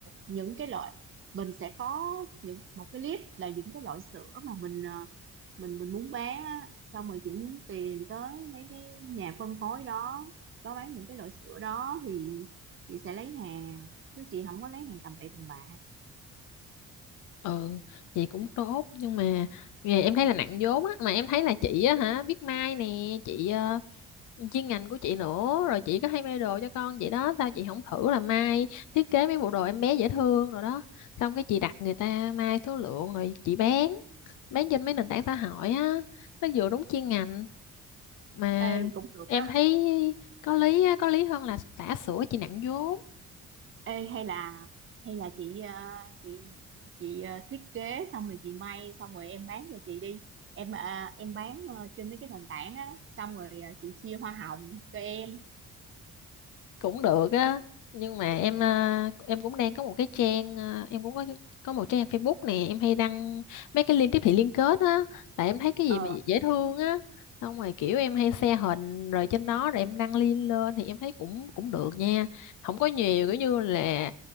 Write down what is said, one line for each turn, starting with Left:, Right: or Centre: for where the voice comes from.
Right: những cái loại mình sẽ có những một cái list là những cái loại sữa mà mình ờ, mình mình muốn bán á xong rồi chị muốn tìm tới mấy cái nhà phân phối đó có bán những cái loại sữa đó thì chị sẽ lấy hàng chứ chị không có lấy hàng tầm bậy tầm bạ
Left: ừ chị cũng tốt nhưng mà nghề em thấy là nặng vốn á mà em thấy là chị á hả biết may nè chị ờ, chuyên ngành của chị nữa rồi chị có hay may đồ cho con chị đó sao chị không thử là may thiết kế mấy bộ đồ em bé dễ thương rồi đó xong cái chị đặt người ta may số lượng rồi chị bán bán trên mấy nền tảng xã hội á nó vừa đúng chuyên ngành mà
Right: ê cũng được
Left: em
Right: á
Left: thấy có lý á, có lý hơn là xả sữa chị nặng vốn
Right: Ê, hay là hay là chị ờ, chị chị ờ, thiết kế xong rồi chị may xong rồi em bán cho chị đi em ờ, em bán ờ, trên mấy cái nền tảng á xong rồi ờ, chị chia hoa hồng cho em
Left: cũng được á nhưng mà em à, em cũng đang có một cái trang à, em cũng có có một trang Facebook nè em hay đăng mấy cái link tiếp thị liên kết á tại em thấy cái gì
Right: ờ
Left: mà dễ thương á xong rồi kiểu em hay share hình rồi trên đó rồi em đăng link lên thì em thấy cũng cũng được nha không có nhiều kiểu như là